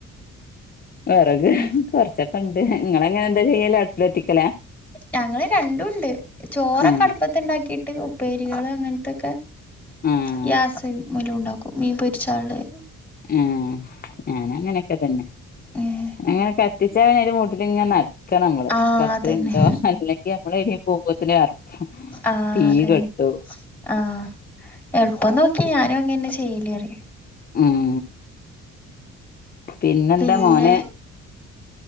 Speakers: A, on the left; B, in the centre.
A: വെറക്
B: ഉം
A: കൊർച്ച ക്കണ്ട് ഇങ്ങളെങ്ങനെ എന്താചെയ്യല് അട്പ്പിലത്തിക്കലാ?
B: ഞങ്ങള് രണ്ടുണ്ട് ചോറൊക്കെ
A: ഏഹ്
B: അട്പ്പത്തിണ്ടാക്കീട്ട് ഉപ്പേരികള് അങ്ങൻത്തൊക്കെ
A: ആഹ്
B: ഗ്യാസ് മലുണ്ടാക്കും മീൻ പൊര്ച്ചാള്ളെ
A: ആഹ് ഞാനും അങ്ങനൊക്കതന്നെ
B: ഏഹ്
A: ഏങ്ങനെ ക ത്തിച്ചാ പിന്നെ അയ്ന്റെ മൂട്ടിലിങ്ങനെ നട ക്കണംള്
B: ആഹ്
A: കത്തിണ്ടോ
B: അതന്നെ
A: അല്ലെങ്കി നമ്മള് എയ്ലെ പോമ്പോത്തിന് അറ്പ്പും
B: ആഹ്
A: തീ
B: അതന്നെ
A: കെട്ടു.
B: ആഹ് എൾപ്പം നോക്കി ഞാനും അങ്ങന്നെ ചെയ്യല് അറിം
A: ഉം പിന്നെന്താ
B: പിന്നെ
A: മോന്.